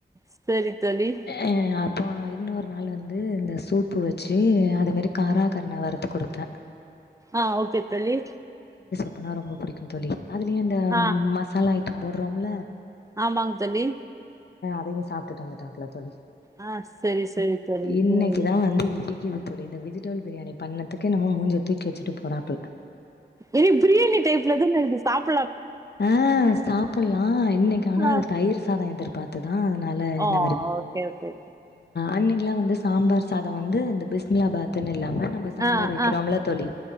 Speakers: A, on the right (about 15°); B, on the left (about 60°).
A: சேரி தோழி
B: அ அப்போ இன்னொரு நாள் வந்து இந்த சூப்பு வெச்சி அதே மாரி கரா கருணை வருத்து குடுத்தே
A: ஆ ஓகே தோழி
B: அப்போனா ரொம்ப புடிக்கும் தோழி அதுலேயு இந்த
A: ஆ
B: மசாலா ஐட்டோ போட்றோம்ல
A: ஆமாங்க தோழி
B: அதையு சாப்டுட்டு வந்துட்டாபோல தோழி
A: ஆ சரி, சரி தோழி.
B: இன்னைக்குதா
A: ம்.
B: வந்து இடிக்குது தோழி இந்த விஜிடேபிள் பிரியாணி பண்ணதுக்கு எம்மோ மூஞ்ச தூக்கி வெச்சிட்டு போறாப்பல
A: இது பிரியாணி டைப்ல தானே இது சாப்
B: ஆ சாப்புட்லா இன்னைக்கு ஆனா
A: ஆ.
B: அது தயிர் சாதோ எதிர் பாத்துதா அதனால
A: ஓ!
B: இந்த மாரி பண்
A: ஓகே, ஓகே.
B: அன்னைக்குலாம் வந்து சாம்பார் சாத் தோ வந்து இந்த பிஸ்மிலாபாத் துன்னு இல்லாம நம்போ சாம்பார்
A: ஆ,
B: வெக்கிறோமில்ல
A: ஆ.
B: தோழி